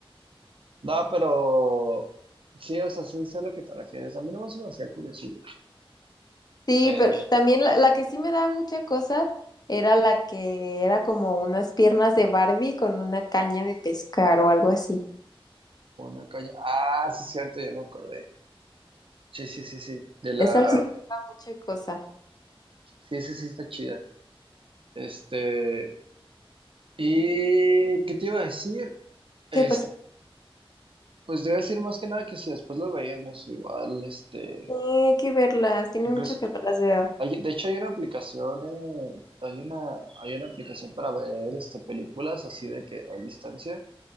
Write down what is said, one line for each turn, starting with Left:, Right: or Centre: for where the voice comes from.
Right: No, pero sí, o sea, sí sé a lo que te refieres. A mí no me hacía curiosillo,
Left: Sí,
Right: pero
Left: pero también la, la que sí me daba mucha cosa era la que era como unas piernas de Barbie con una caña de pescar o algo así.
Right: con una caña. Ah, sí, es cierto, ya me acordé. Sí, sí, sí, sí. De la.
Left: Esa sí me daba mucha cosa.
Right: Sí, sí, sí, está chida. Este. ¿Y qué te iba a decir? Es-
Left: ¿Qué pasó?
Right: pues te iba a decir más que nada que si después lo veíamos igual, este.
Left: Tiene que verlas, tiene
Right: Incluso.
Left: mucho que no las veo.
Right: Hay, de hecho, hay una aplicación, eh, hay una, hay una aplicación para ver este, películas así de que a distancia.